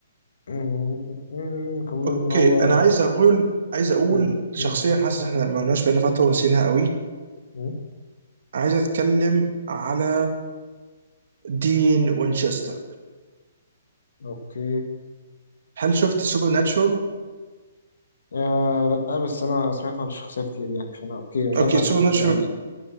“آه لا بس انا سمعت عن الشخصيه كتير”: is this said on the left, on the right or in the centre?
Left